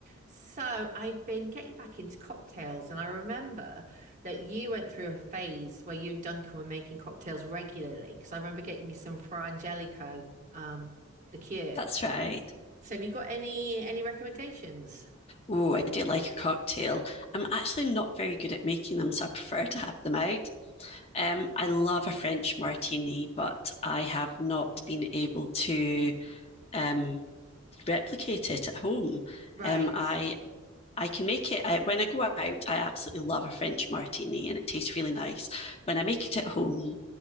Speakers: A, on the right; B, on the left.
A: So I've been getting back into cocktails, and I remember that you went through a phase where you and Duncan were making cocktails regularly. Because I remember getting you some Fra Angelico um, liqueur.
B: That's right.
A: So have you got any any recommendations?
B: Oh, I do like a cocktail. I'm actually not very good at making them, so I prefer to have them out. Um, I love a French martini, but I have not been able to um, replicate it at home.
A: Right.
B: Um, I I can make it I, when I go out. I absolutely love a French martini, and it tastes really nice. When I make it at home,